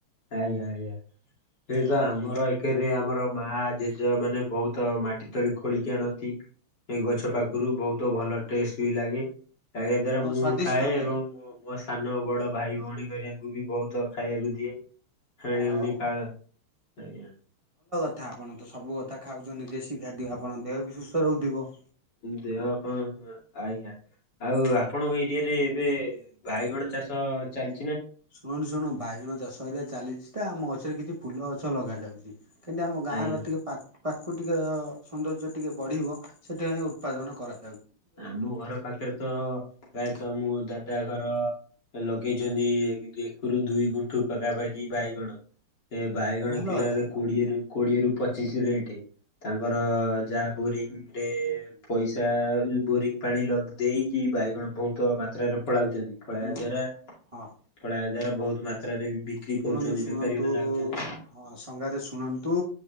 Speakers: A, on the left; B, on the right.
A: ଆଜ୍ଞା, ଆଜ୍ଞା, ସେଇ ତ
B: ଓହୋ।
A: ଆମର ଏକ ରେ ଆମର ମା ଜେଜେ ମାନେ ବହୁତ ମାଟି ତୋଳି ଖୋଳିକି ଆଣନ୍ତି। ଏଇ ଗଛ ପାଖରୁ ବହୁତ ଭଲ ଟେଷ୍ଟ ବି ଲାଗେ । ତା ଦାର
B: ହଁ
A: ମୁଁ
B: ସ୍ଵାଦିଷ୍ଟ
A: ଖାଏ
B: ଲାଗେ।
A: ଏବଂ ମା ସାନ ବଡ ଭାଇ ଭଉଣୀ କରିବାଙ୍କୁ ବି ବହୁତ ଖାଇବାକୁ ଦିଏ । ହାଡି
B: ଓହୋ।
A: ହୁଡି କାଳ ଆଜ୍ଞା <unintelligible>
B: ତଥା ଆପଣ ତ ସବୁ କଥା ଖାଉଛନ୍ତି ଦେଶୀ ଖାଦ୍ୟ, ଆପଣଙ୍କ ଦେହ ବି ସୁସ୍ଥ ରହୁଥିବ ।
A: ଦେହ କଣ, ଆଜ୍ଞା ଆଉ ଆପଣଙ୍କ ଏରିଆରେ ଏବେ ବାଇଗଣ ଚାଷ ଚାଲିଛି ।
B: ଶୁଣୁନୁ ଶୁଣୁ, ବାଇଗଣ ଚାଷ ଏରିଆ ଚାଲିଛି ତ ଆମ ଗଛରେ କିଛି ଫୁଲ ଗଛ ଲଗା ଯାଉଛି। କିନ୍ତୁ ଆମ ଗାଁର
A: ଆଜ୍ଞା
B: ଅତିକେ ପକ୍ ପାଖକୁ ଟିକେ ସୌନ୍ଦର୍ଯ୍ୟ ଟିକିଏ ବଢ଼ିବ ସେଥିପାଇଁ ଉତ୍ପାଦନ କରା
A: ଆମ ଘର ପାଖରେ ତ ପ୍ରାୟତଃ ମୁଁ ଦାଦା ଘର ଲଗେଇଛନ୍ତି, ଏକରୁ ଦୁଇ ଗୁଣ୍ଠୁ ପାଖାପାଖି ବାଇଗଣ । ଏ ବାଇଗଣ
B: ଆଉ ଭଲ
A: କିଲୋ
B: କଥା
A: ଏବେ କୋଡିଏରୁ, କୋଡିଏରୁ ପଚିଶ ରେଟ ତାଙ୍କର ଯାହା ବୋରିଙ୍ଗ ରେ ପଇସା ବୋରିଂ ପାଣି ଲଗ ଦେଇକି, ବାଇଗଣ ବହୁତ ମାତ୍ରାରେ ଫଳାଉଛନ୍ତି, ଫଳାଇବା
B: ଶୁଣନ୍ତୁ
A: ଦ୍ୱାରା
B: ହଁ
A: ଫଳାଇବା ଦ୍ୱାରା ବହୁତ ମାତ୍ରାରେ ବି ବିକ୍ରି
B: ଶୁଣନ୍ତୁ,
A: କରୁଛନ୍ତି
B: ଶୁଣନ୍ତୁ,
A: ବେପାରୀ ମାନେ ଆଉଛନ୍ତି
B: ହଁ ସଙ୍ଗାତେ ଶୁଣନ୍ତୁ